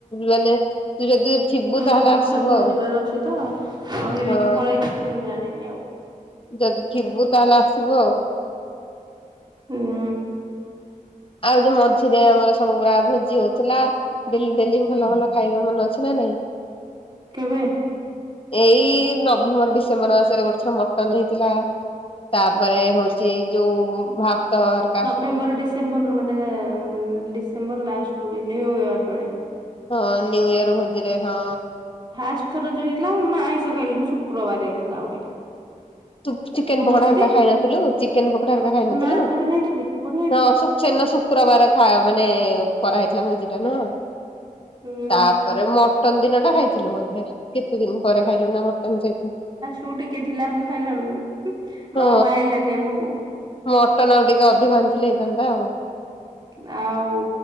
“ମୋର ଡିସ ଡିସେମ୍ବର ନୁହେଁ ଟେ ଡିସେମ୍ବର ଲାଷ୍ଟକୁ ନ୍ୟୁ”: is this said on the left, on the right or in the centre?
Right